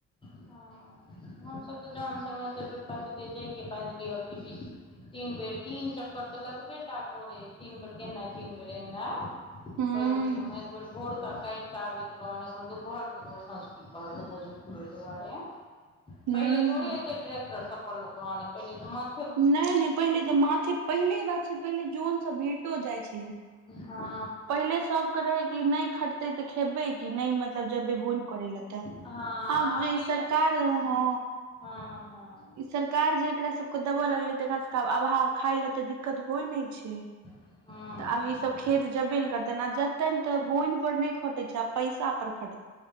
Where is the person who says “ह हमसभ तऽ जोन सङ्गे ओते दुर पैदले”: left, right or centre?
Left